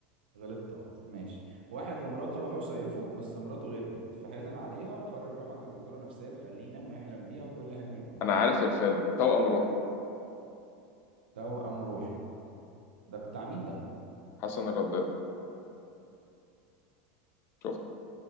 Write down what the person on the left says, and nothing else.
أنا عارف الفيلم توأم روحي
حسن الرداد شفته